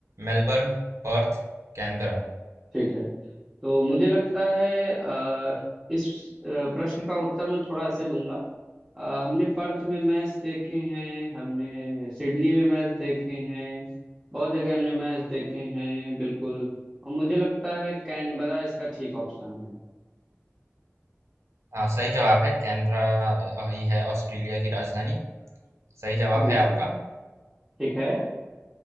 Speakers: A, on the right; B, on the right.
A: मेलबर्न पर्थ कैनबरा
B: ठीक है तो मुझे लगता है अ, इस अ, प्रश्न का उत्तर मैं थोड़ा ऐसे दूंगा अ, हमने पर्थ में मैच देखे हैं हमने सिडनी में मैच देखे हैं बहुत जगह हमने मैच देखे हैं बिल्कुल और मुझे लगता है कैनबरा इसका ठीक ऑप्शन है
A: हाँ सही जवाब है कैनबरा अ, ही है ऑस्ट्रेलिया की राजधानी सही जवाब
B: बिल्कुल
A: है आपका
B: ठीक है